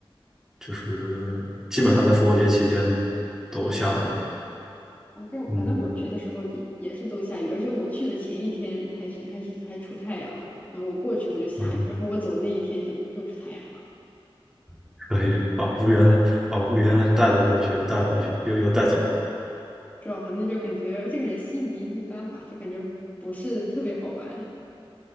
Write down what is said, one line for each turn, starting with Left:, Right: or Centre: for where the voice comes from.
Centre: 就是基本上在复活节期间都下了雨。
Left: 反正反正我去的时候也也是都下雨，
Centre: 嗯
Left: 而且我去的前一天还是还是还出太阳了，然后我过去我就下雨，
Centre: 嗯，
Left: 然后我走那一天就又出太阳了，
Centre: <laughs> 可以把乌云把乌云带了过去，又带回去，又又带走了。
Left: 知道？反正就感觉这个人悉尼一般吧，就感觉不是特别好玩。